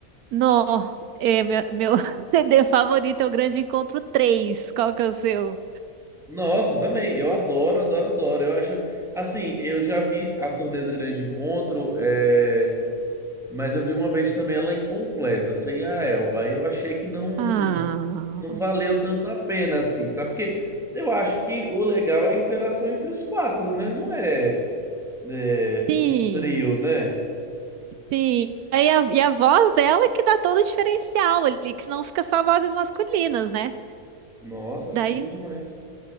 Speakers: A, on the right (about 80°); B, in the centre.
A: Nó, é, meu, meu <laughs> CD favorito é o Grande Encontro três. Qual que é o seu?
B: Nossa, também, eu adoro, adoro, adoro. Eu acho, assim, eu já vi a turnê do Grande Encontro, é, mas eu vi uma vez também ela incompleta, sem a Elba, e eu achei que não...
A: Ah,
B: não valeu tanto a pena assim, sabe? Porque eu acho que o legal é a interação entre os quatro, né? Não é, é,
A: sim,
B: um trio, né?
A: sim. Aí a- e a voz dela é que dá todo o diferencial ali, que senão fica só vozes masculinas, né?
B: Nossa,
A: Daí
B: sim, demais.